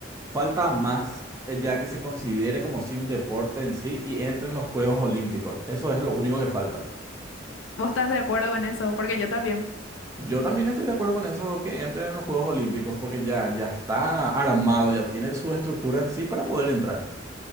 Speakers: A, on the right; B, on the left.
A: falta más, eh, ya que se considere como si un deporte en sí y entre en los Juegos Olímpicos. Eso es lo único que falta.
B: ¿Vos estás de acuerdo con eso? Porque yo también.
A: Yo también estoy de acuerdo con eso, que entre en los Juegos Olímpicos, porque ya, ya está armado, ya tiene su estructura en sí para poder entrar.